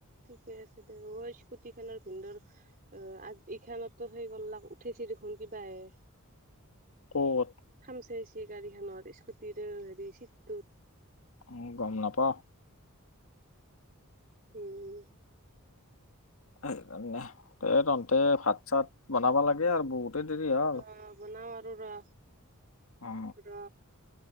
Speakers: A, on the right; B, on the left.
A: ঠিকে আছে দে ওঅ‌ স্কুটিখণনৰ ভিনদেউৰ অ আ ইখানত্তো সেই কল্লাক উঠেছি দেখোন কিবাহে
B: ক'ত
A: খামচাইছে গাড়ীখনত স্কুটিৰ অ হেৰি চিটটোত
B: উম গম নাপাওঁ
A: উম
B: সেইকাৰণে এই তহন্ধে ভাত চাত বনাবা লাগে আৰু বহুতে দেৰি আ
A: অ বনাওঁ আৰু ৰ
B: অ
A: ৰ